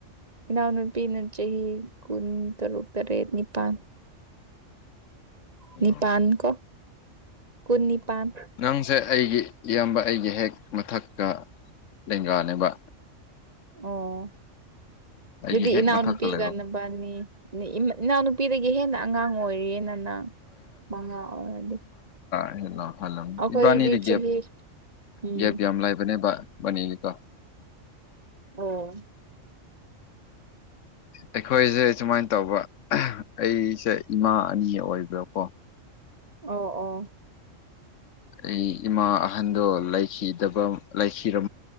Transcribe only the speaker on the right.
ꯏꯅꯥꯎꯅꯨꯄꯤꯅ ꯆꯍꯤ ꯀꯨꯟ ꯇꯔꯨꯛ ꯇꯔꯦꯠ ꯅꯤꯄꯥꯜ
ꯅꯤꯄꯥꯟ ꯀ ꯀꯣꯟ ꯅꯤꯄꯥꯟ
ꯑꯣ
ꯑꯗꯨꯗꯤ
ꯏꯅꯥꯎꯅꯨꯄꯤꯒꯅꯕꯅꯤ
ꯏꯅꯥꯎꯅꯨꯄꯤꯗꯒꯤ ꯍꯦꯟꯅ ꯑꯉꯥꯡ ꯑꯣꯏꯔꯤꯅ ꯅꯪ ꯃꯉꯥ ꯑꯣꯏꯔꯗꯤ
ꯑꯩꯈꯣꯏꯗꯤ
ꯆꯍꯤ
ꯎꯝ
ꯑꯣ <inaudible>
ꯑꯣ ꯑꯣ